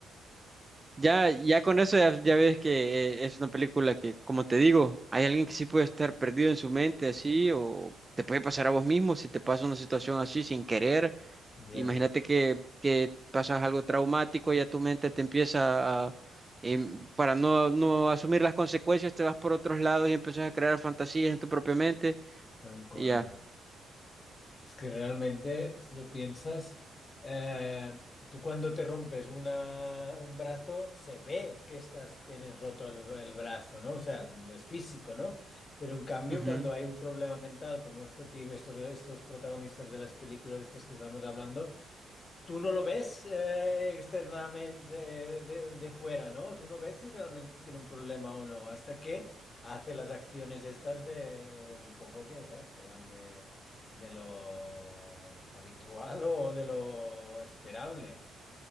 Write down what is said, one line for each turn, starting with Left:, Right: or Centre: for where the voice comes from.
Right: Ya, ya con eso ya, ya ves que eh, es una película que, como te digo, hay alguien que sí puede estar perdido en su mente así, o te puede pasar a vos mismo si te pasa una situación así sin querer.
Left: Ya.
Right: Imagínate que, que pasas algo traumático y ya tu mente te empieza a, em, para no, no asumir las consecuencias, te vas por otros lados y empiezas a crear fantasías en tu propia mente
Left: Tal cual.
Right: y ya.
Left: Es que realmente, si lo piensas, eh, tú cuando te rompes una, un brazo, se ve que estás, tienes roto el, el brazo, ¿no? O sea, es físico, ¿no? Pero en cambio,
Right: Ujú.
Left: cuando hay un problema mental como esto, ti- estos, estos protagonistas de las películas estas que estamos hablando, Tú no lo ves eh, externamente eh, de, de fuera, ¿no? Tú no ves si realmente tiene un problema o no, hasta que hace las acciones estas de, de un poco que, claro, se van de, de lo habitual o de lo esperable.